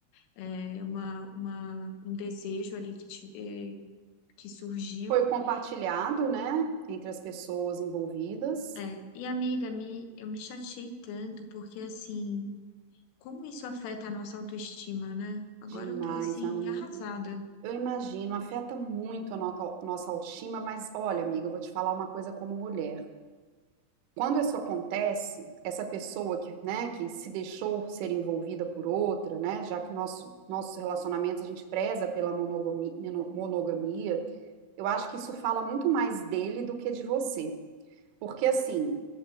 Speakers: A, on the left; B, on the right.
A: é, uma, uma, um desejo ali que, tive- que surgiu.
B: Foi compartilhado,
A: E,
B: né, entre as pessoas envolvidas.
A: é, e amiga, me, eu me chateei tanto, porque assim. Como isso afeta a nossa autoestima, né? Agora
B: Demais,
A: eu tô assim,
B: amiga.
A: arrasada.
B: Eu imagino, afeta muito a nota- nossa autoestima, mas olha, amiga, eu vou te falar uma coisa como mulher. Quando isso acontece, essa pessoa que, né, que se deixou ser envolvida por outra, né, já que nosso, nossos relacionamentos a gente preza pela monogami- monogamia, Eu acho que isso fala muito mais dele do que de você. Porque, assim,